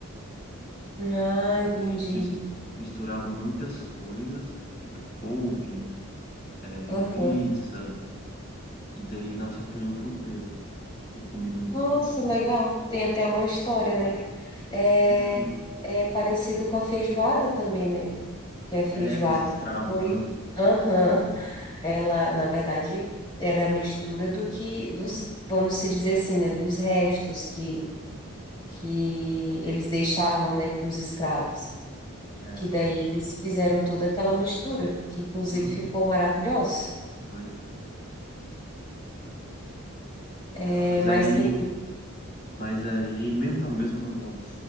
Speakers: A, on the left; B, on the left.
A: ah, entendi.
B: E Eles mis- misturavam muitas coisas, tipo couve, eh, linguiça,
A: Aham.
B: e daí nasceu o feijão tropeiro, que é a comida dos
A: Nossa,
B: tropeiros.
A: legal. Tem até uma história, né? É,
B: Uhum.
A: é parecido com a feijoada também, né? Que a feijoada
B: É, dos escravos,
A: foi.
B: né?
A: Aham.
B: Uhum.
A: Ela, na verdade, era a mistura do que, dos, vamos se dizer assim, né, dos restos que, que eles deixavam, né, para os escravos.
B: É.
A: Que daí eles fizeram toda aquela mistura, que inclusive
B: Uhum.
A: ficou maravilhoso.
B: Pois é. Então,
A: É,
B: mas
A: mas
B: aí.
A: tem
B: Mas aí, mesmo, mesmo não